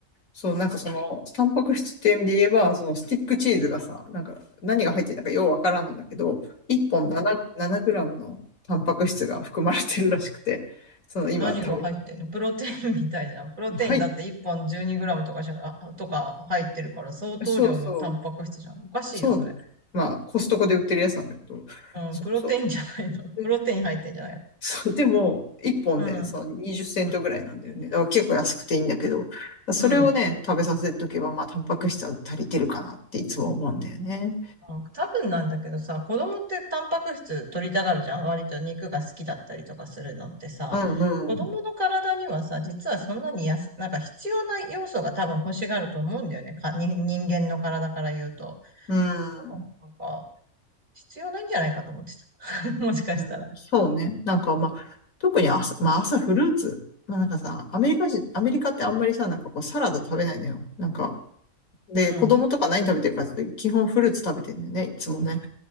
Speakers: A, on the left; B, on the right.
A: そう、なんかその、タンパク質っていう意味で言えば、そのスティックチーズがさ、なんか何が入ってるのかようわからんのだけど、1本7、7グラムのタンパク質が含まれてるらしくて、その今食
B: 何が入ってんのプロテインみたいじゃん。プロテインだって1本
A: べ、はい、
B: 12g とかしか、とか入ってるから相当量のタンパク質じゃん。
A: そうそう、
B: おかしいよ、
A: そう、
B: それ。
A: まあコストコで売ってるやつなんだけど、
B: うん、
A: そうそう。
B: プロテインじゃないの。<laughs>
A: で、
B: プロテイン入ってんじゃないの。
A: そうでも、1本ね、
B: うん、
A: その20セントぐらいなんだよね。だから結構安くていいんだけど、それをね、
B: うん。
A: 食べさせとけば、まあタンパク質は足りてるかなっていつも思うんだよね。
B: あ多分なんだけどさ、子供ってタンパク質取りたがるじゃん。割と肉が好きだったりとかするのってさ、
A: うんうん。
B: 子供の体にはさ、実はそんなにやす、なんか必要な要素が多分欲しがると思うんだよね。か、に人間の体から言うと。
A: うん。
B: だからなんか、必要ないんじゃないかと思って <laughs> もしかしたら。
A: うん、そうね。なんかまあ、特に朝、まあ朝フルーツ。まあなんかさ、アメリカ人、アメリカってあんまりさ、なんかこうサラダ食べないのよ。なんか、で、
B: うん、
A: 子供とか何食べてるかって言うと基本フルーツ食べてるんだよね、いつもね。